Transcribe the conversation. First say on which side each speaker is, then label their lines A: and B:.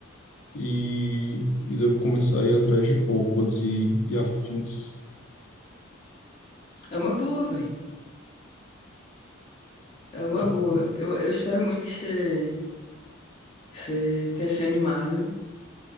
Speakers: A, on the left (about 75°); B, on the left (about 30°).
A: e, e devo começar a ir atrás de roupas e, e afins.
B: É uma boa, velho. É uma
A: É,
B: boa. Eu, eu espero muito que você, que você tenha se animado